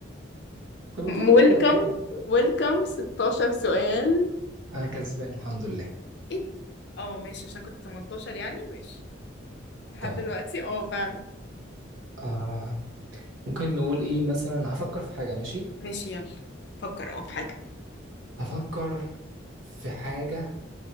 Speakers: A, on the right; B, on the left.
A: طب ما تقول
B: ويلكم
A: نجفة يعني.
B: ويلكم 16 سؤال
A: انا كسبان الحمد لله
B: ايه ده؟ اه ماشي عشان كنت 18 يعني ماشي لحد
A: تمام
B: دلوقتي اه فعلا
A: آه. ممكن نقول ايه مثلا هفكر في حاجة ماشي
B: ماشي يلا فكر اه في حاجة
A: <clears throat> هفكر في حاجة